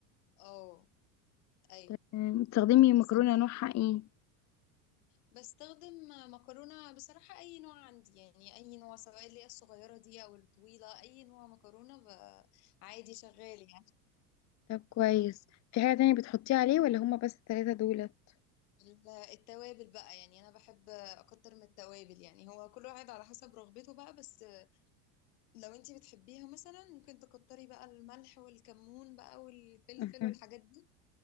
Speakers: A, on the left (about 75°); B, on the left (about 35°).
A: اه أيوة
B: تمام. بتستخدمي
A: آه،
B: مكرونة
A: بس-
B: نوعها ايه
A: بستخدم مكرونة بصراحة أي نوع عندي يعني أي نوع سواء اللي هي الصغيرة دي أو الطويلة أي نوع مكرونة ب- عادي شغال يعني
B: طب كويس في حاجة تانية بتحطيه عليه ولا هما بس التلاتة دولت
A: ال- التوابل بقى يعني انا بحب اكتر من التوابل يعني هو كل واحد على حسب رغبته بقى بس لو انتي بتحبيها مثلا ممكن تكتري بقى الملح والكمون بقى والفلفل
B: أها.
A: والحاجات دي